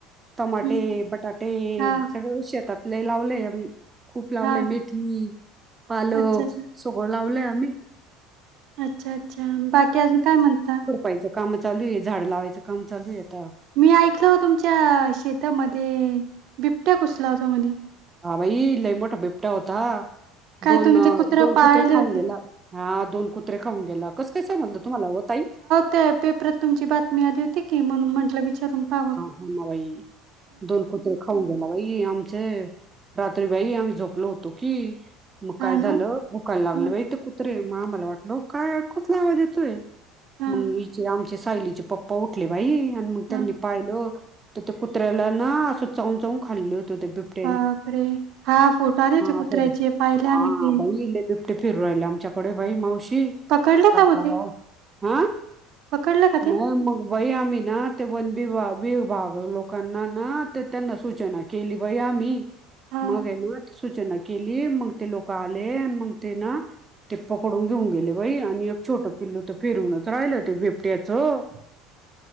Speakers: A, on the right; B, on the right.
A: टमाटे,
B: हं,
A: बटाटे,
B: हा
A: सगळ शेतात लय लावलय बई, खूप लावलय
B: हा
A: मेथी. पालक,
B: अच्छा अच्छा
A: सगळं लावलय आम्ही.
B: अच्छा अच्छा, बाकी अजून काय म्हणता?
A: पयज काम चालू आहे झाड लावायचं काम चालू आहे आता.
B: मी ऐकल हो तुमच्या शेतामध्ये, बिबट्या गुसलेला होता म्हणे.
A: हा बई लई मोठा बिबट्या होता.
B: काय
A: दोन
B: तुम्ही ते कुत्रं
A: दोन
B: पाळले
A: कुत्रे खाऊन
B: होते?
A: गेला, हा दोन कुत्रे खाऊन गेला कसं काय समजल तुम्हाला ओ ताई.
B: त्या पेपरात तुमची बातमी आली होती की म्हणून म्हंटलं विचारून पावं.
A: ह न बाई. दोन कुत्रे खाऊन गेला बाई आमचं. रात्री बई आम्ही झोपलो होतो की, मग काय
B: हां
A: झालं?
B: ना?
A: भुकायला लागले
B: हं,
A: बाई ते कुत्रे म आम्हाला वाटल काय कसला आवाज येतोय?
B: हं,
A: मग हिचे आमचे सायलीचे पप्पा उठले बाई. आणि मग त्यांनी
B: हं.
A: पाहिलं, तर कुत्र्याला ना असं चावून चावून खाल्ल होत त्या बिबट्या
B: बापरे! हा फोटो आले होते
A: असं
B: कुत्र्याचे पाहिले
A: हा
B: आम्ही ते.
A: बाई लय बिबटे फिरू राहिले आमच्याकडे बाई मावशी.
B: पकडलं
A: काय
B: का मग
A: कराव,
B: ते?
A: आ,
B: पकडलं का ते?
A: नाही मग बाई आम्ही ना ते वन विभा विभाग लोकांना ना ते त्यांना सूचना केली बाई आम्ही.
B: हां.
A: मग आहे ना सूचना केली मग ते लोक आले मग ते ना ते पकडून घेऊन गेले बाई आणि एक छोटं पिल्लू तर फिरवूनच राहिलं ते बिबट्याचं.
B: <inaudible>